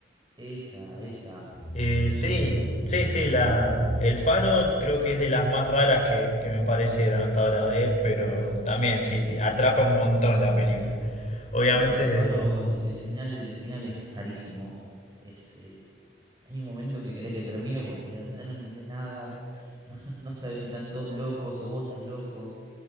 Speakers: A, on the right; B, on the left.
A: Esa, esa. eh,
B: Eh, sí, sí, sí, la, el Faro creo que es de las más raras que, que me parecieron hasta ahora de él, pero también sí,
A: Sí,
B: te atrapa
A: sí.
B: un montón la película.
A: Sí,
B: Obviamente,
A: sí, El Faro, el, el final, el final es rarísimo. Es, eh, hay un momento que querés que termine porque ya, ya no entendés nada. <laughs> No, no sabes si están todos locos o vos estás loco.